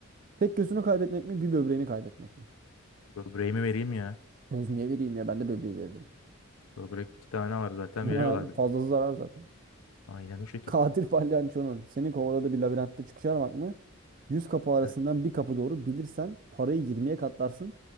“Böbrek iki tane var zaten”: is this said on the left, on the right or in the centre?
Left